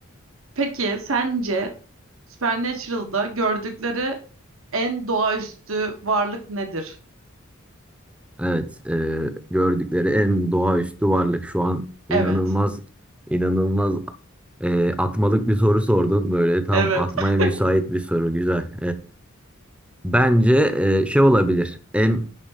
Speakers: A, on the right; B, in the centre.
A: Peki sence Supernatural'da gördükleri en doğaüstü varlık nedir?
B: evet eee, gördükleri en doğaüstü varlık şu an inanılmaz
A: Evet.
B: inanılmaz eee, atmalık bir soru sordun böyle tam
A: Evet.
B: atmaya müsait
A: <laughs>
B: bir soru güzel. Bence e, şey olabilir. En